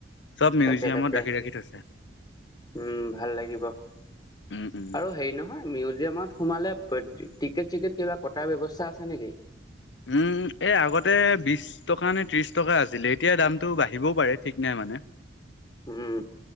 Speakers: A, on the left (about 75°); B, on the left (about 25°).
A: চব মিউজিয়ামত
B: তাকে তাকে
A: ৰাখি ৰাখি থৈছে
B: উম ভাল লাগিব। আৰু
A: উম উম
B: হেৰি নহয় মিউলি গেমাৰত সোমালে টিকেট-চিকট কিবা কটাৰ ব্যৱস্থা আছে নেকি?
A: উম, এ আগতে বিছ টকা নে ত্ৰিছ টকা আছিলে। এতিয়া দামটো বাঢ়িবও পাৰে ঠিক নাই। মানে
B: উম,